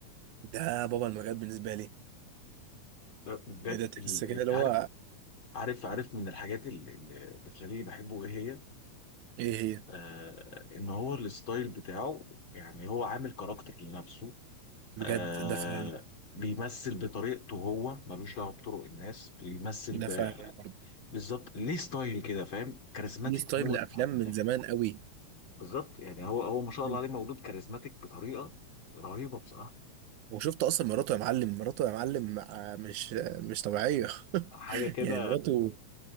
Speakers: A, on the right; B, on the left.
A: ده بابا المجال بالنسبة لي
B: أه، بجد
A: ايه ده تحس
B: ال-
A: كده
B: ال-
A: اللي
B: عارف
A: هو
B: عارف عارف من الحاجات ال- اللي بتخليني بحبه ايه هي
A: ايه هي
B: آه ان هو الستايل بتاعه يعني هو عامل كاركتر لنفسه
A: بجد
B: آه
A: ده فعلا
B: بيمثل بطريقته هو ملوش دعوه بطرق الناس بيمثل
A: ده
B: ب-
A: فعلا برضه
B: بالظبط ليه ستايل كده فاهم كاريزماتيك
A: ليه ستايل
B: موت
A: من الافلام من
B: من الاخر
A: زمان قوي
B: بالظبط يعني هو هو ما شاء
A: مم.
B: الله عليه مولود كاريزماتيك بطريقه رهيبه بصراحه
A: وشفت اصلا مراته يا معلم مراته يا معلم آه، مش آه، مش طبيعية <laughs>
B: حاجه كده
A: يعني مراته